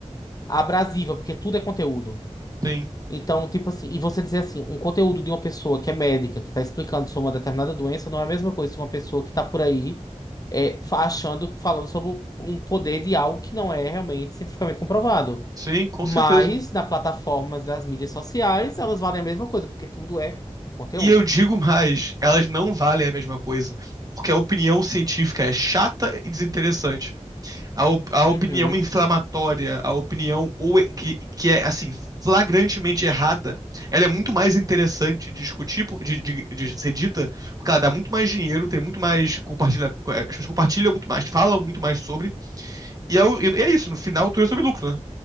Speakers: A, on the left; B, on the right.
A: abrasiva, porque tudo é conteúdo.
B: Tem.
A: Então, tipo assim, e você dizer assim, um conteúdo de uma pessoa que é médica, que está explicando sobre uma determinada doença, não é a mesma coisa que uma pessoa que está por aí é, fa- achando, falando sobre um poder de algo que não é realmente cientificamente comprovado.
B: Sim, com
A: Mas,
B: certeza.
A: nas plataformas das mídias sociais, elas valem a mesma coisa, porque tudo é conteúdo.
B: E eu digo mais, elas não valem a mesma coisa. Porque a opinião científica é chata e desinteressante. A, op- a
A: Uhum.
B: opinião inflamatória, a opinião ou e- que, que é assim, flagrantemente errada, ela é muito mais interessante de discutir, por- de, de- de ser dita, porque ela dá muito mais dinheiro, tem muito mais compartilha, as pessoas compartilham muito mais, falam muito mais sobre. E é, o- e é isso, no final tudo é sobre lucro, né?